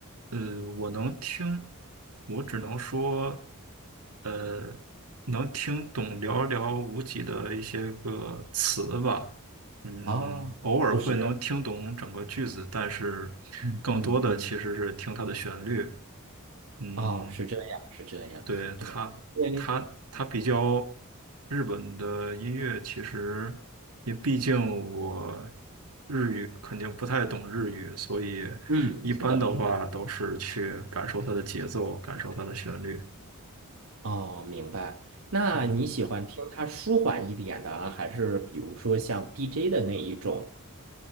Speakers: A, on the right; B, on the right.
A: 呃，我能听，我只能说。呃，能听懂寥寥无几的一些个词吧，嗯，
B: 啊，
A: 偶尔会能听懂整个句子，
B: 就是
A: 但是
B: 嗯嗯嗯，
A: 更多的其实是听它的旋律，嗯，
B: 哦，是这样，是这样，
A: 对，它它它比较
B: 对，对，
A: 日本的音乐，其实因为毕竟我日语肯定不太懂日语，所以
B: 嗯，
A: 一般的话都是去感受它的节奏，
B: 是的，是的，
A: 感受它的旋律，
B: 哦，明白。那你喜欢听它舒缓一点的啊还是比如说像
A: 嗯。
B: DJ 的那一种？